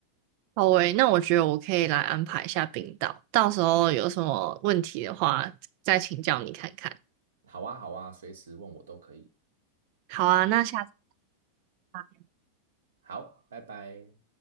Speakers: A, on the right (about 45°); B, on the right (about 65°).
A: 好喂，那我觉得我可以来安排一下冰岛，到时候有什么问题的话，再请教你看看。
B: 好啊，好啊，随时问我都可以。
A: 好啊，那下次。吧。
B: 好，拜拜。